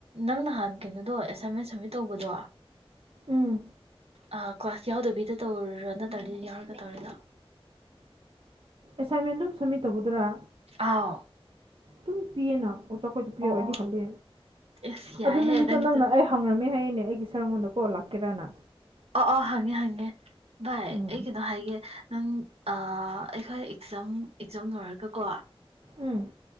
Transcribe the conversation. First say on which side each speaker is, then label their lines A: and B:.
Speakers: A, on the right; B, on the right.
A: ꯅꯪ ꯅꯍꯥꯟ ꯀꯩꯅꯣꯗꯣ ꯑꯦꯁꯥꯏꯃꯦꯟ ꯁꯃꯤꯠ ꯇꯧꯕꯗꯣ
B: ꯎꯝ
A: ꯑꯥ ꯀ꯭ꯂꯥꯁ ꯌꯥꯎꯗꯕꯤꯗ ꯇꯧꯔꯣ ꯅꯠꯇ꯭ꯔꯗꯤ ꯌꯥꯎꯔꯒ ꯇꯧꯔꯤꯔꯣ
B: ꯑꯦꯁꯥꯏꯟꯃꯦꯟꯗꯨꯝ ꯁꯝꯃꯤꯠ ꯇꯧꯕꯗꯨꯔꯥ
A: ꯑꯥꯎ
B: ꯑꯗꯨꯝ ꯄꯤꯌꯦꯅ ꯑꯣ ꯑꯈꯣꯏꯗꯨ ꯄꯤꯔꯒꯗꯤ
A: ꯑꯣ ꯑꯣ
B: ꯍꯜꯂꯦ
A: ꯑꯦꯁ ꯌꯥꯏꯍꯦ
B: ꯑꯗꯨ ꯅꯨꯃꯤꯠꯇꯣ
A: ꯅꯪꯁꯨ
B: ꯅꯪꯅ ꯑꯩ ꯍꯪꯉꯝꯃꯦ ꯍꯥꯏꯌꯦꯅꯦ ꯑꯩ <unintelligible> ꯀꯣ ꯂꯥꯛꯀꯦꯔꯅ
A: ꯑꯣ ꯑꯣ ꯍꯪꯉꯦ ꯍꯪꯉꯦ ꯚꯥꯏ
B: ꯎꯝ
A: ꯑꯩ ꯀꯩꯅꯣ ꯍꯥꯏꯒꯦ ꯅꯪ ꯑꯩꯈꯣꯏ ꯑꯦꯛꯖꯥꯝ ꯑꯦꯛꯖꯥꯝ ꯂꯣꯏꯔꯒꯀꯣ
B: ꯎꯝ